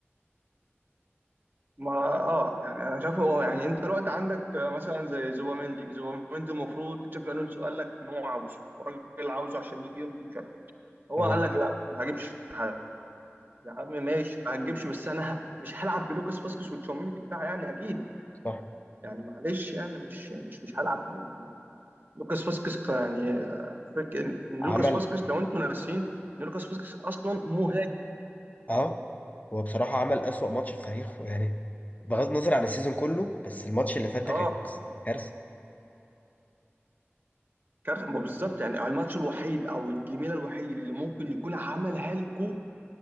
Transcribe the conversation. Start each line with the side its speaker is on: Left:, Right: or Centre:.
Right: ما اه يعني انا شايفه اه يعني انت الوقت عندك آه، مثلا زي زوباميندي زوباميندي المفروض تشافي الونسو قال لك ان هو عاوزه والراجل عاوزه عشان يجي يمضي مش عارف ايه هو
Left: تمام
Right: قال لك لا ما هجيبش حد يا عم ماشي ما هتجيبش بس انا <laughs> مش هلعب بلوكاس فاسكس وتشاوميني في الدفاع يعني اكيد
Left: صح
Right: يعني معلش يعني مش مش مش هلعب بيهم لوكاس فاسكس يعني آه، فك ان إن لوكاس
Left: عمل
Right: فاسكس لو انتوا ناسيين ان لوكاس فاسكس اصلا مهاجم
Left: اه هو بصراحة عمل أسوأ ماتش في تاريخه <laughs> يعني بغض النظر عن السيزون كله بس الماتش اللي فات ده
Right: اه
Left: كان كارثة كارثة.
Right: كارثه ما بالظبط يعني الماتش الوحيد او الجميله الوحيد اللي ممكن يكون عملها لكم